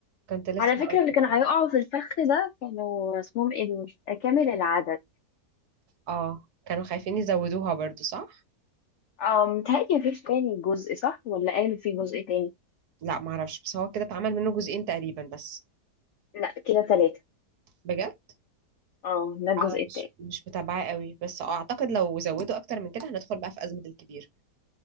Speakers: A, on the right; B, on the left.
A: كنت لسه
B: على فكرة
A: هقول
B: اللي
A: لك
B: كانوا
A: اه
B: هيقعوا في الفخ ده كانوا اسمهم ايه دول كامل العدد
A: اه كانوا خايفين يزودوها برضو صح؟
B: اه متهيألي مفيش تاني جزء صح ولا قالوا في جزء تاني
A: لا معرفش بس هو كده اتعمل منه جزئين تقريبا بس
B: لا كده تلاتة
A: بجد؟
B: اه ده الجزء
A: أنا مش
B: التاني
A: مش متابعة قوي بس أعتقد لو زودوا أكتر من كده هندخل بقى في أزمة الكبير